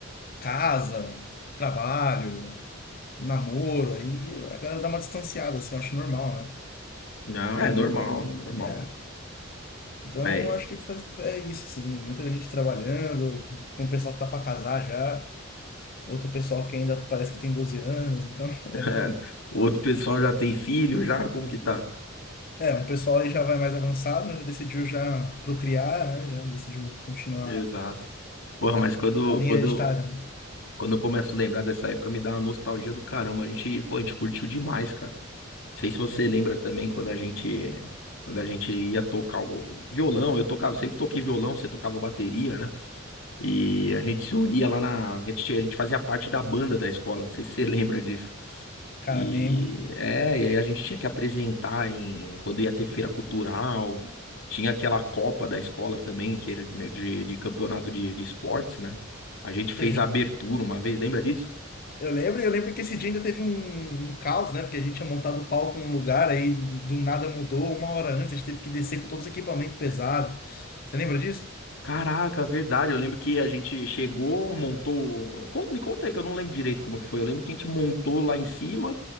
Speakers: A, on the left (about 45°); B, on the left (about 85°).
A: casa, trabalho, namoro, aí a galera dá uma distanciada, assim, eu acho normal, né?
B: Não, é
A: E,
B: normal, normal.
A: né? Então,
B: Mas
A: acho que faz- é isso, assim, muita gente trabalhando, tem um pessoal que tá para casar já, outro pessoal que ainda parece que tem 12 anos, então, <laughs>
B: <laughs> o outro pessoal já tem filho, já? Como que tá?
A: é, um pessoal aí já vai mais avançado, já decidiu já procriar, né, já decidiu continuar
B: Exato. Porra,
A: a,
B: mas quando,
A: a linha
B: quando,
A: hereditária, né?
B: Quando eu começo a lembrar dessa época, me dá uma nostalgia do caramba. A gente, pô, a gente curtiu demais, cara. Não sei se você
A: muito.
B: lembra também quando a gente, quando a gente ia tocar algo, violão. Eu tocava, sempre toquei violão, você tocava bateria, né? E a gente se unia lá na, a gente, a gente fazia parte da banda da escola. Não sei se você <laughs> lembra disso.
A: Cara,
B: E
A: lembro
B: é, e aí a gente tinha que apresentar em quando ia ter feira cultural. Tinha aquela Copa da escola também, que era de, de de campeonato de de esportes, né? A gente fez
A: que a gente,
B: a abertura uma vez, lembra disso?
A: eu lembro, eu lembro que esse dia ainda teve um, um caos, né, porque a gente tinha montado o palco num lugar, aí do nada mudou, uma hora antes, a gente teve que descer com todos os equipamentos pesados, você lembra disso?
B: Caraca, verdade. Eu lembro que a gente chegou, montou. Con- Me conta aí que eu não lembro direito como que foi. Eu lembro que a gente montou lá em cima,